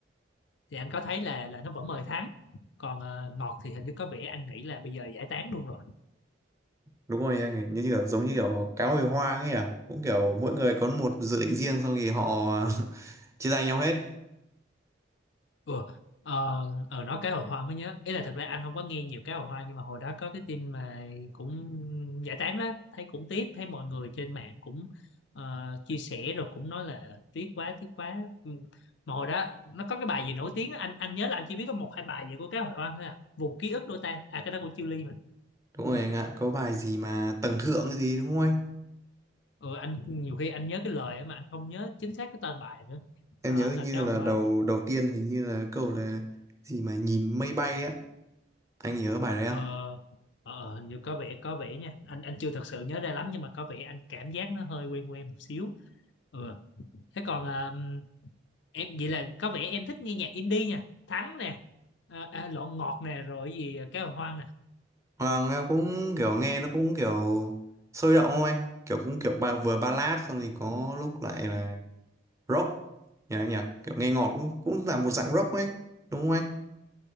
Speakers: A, on the left; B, on the right.
A: thì anh có thấy là là nó vẫn mời Thắng. Còn ờ, Ngọt thì hình như có vẻ anh nghĩ là bây giờ giải tán luôn rồi.
B: đúng rồi anh ấy như kiểu giống như kiểu cá hồi hoang ấy à cũng kiểu mỗi người có một dự định riêng xong thì họ <laughs> chia tay nhau hết
A: Ủa, ờ, ờ, nói cá hồi hoang mới nhớ ý là thật ra anh không có nghe nhiều cá hồi hoang nhưng mà hồi đó có cái tin mà cũng giải tán đó thấy cũng tiếc thấy mọi người trên mạng cũng ờ, chia sẻ rồi cũng nói là tiếc quá tiếc quá Ừ. mà hồi đó nó có cái bài gì nổi tiếng á, anh anh nhớ là anh chỉ biết có một hai bài gì của cá hồi hoang thôi à vùng ký ức đôi ta à cái đó của Chillies mà
B: đúng rồi
A: nha
B: anh ạ có bài gì mà tầng thượng cái gì đúng không anh
A: ừ, anh nhiều khi anh nhớ cái lời á mà anh không nhớ chính xác cái tên bài nữa
B: em
A: đó
B: nhớ hình
A: là
B: như
A: cá hồi
B: là
A: hoang
B: đầu đầu tiên hình như là câu là gì mà nhìn mây bay á anh nhớ bài đấy
A: Ờ,
B: không
A: ờ, ờ, hình như có vẻ có vẻ nha anh anh chưa thật sự nhớ ra lắm nhưng mà có vẻ anh cảm giác nó hơi quen quen một xíu ừ. Thế còn à, em vậy là có vẻ em thích nghe nhạc indie nha Thắng nè à, à, Lộn Ngọt nè rồi gì à, Cá Hồi Hoang nè
B: Ờ, nghe cũng kiểu nghe nó cũng kiểu sôi động không anh kiểu cũng kiểu ba, vừa ballad xong thì có lúc lại là rock nhỉ anh nhỉ kiểu nghe ngọt cũng cũng là một dạng rock ấy đúng không anh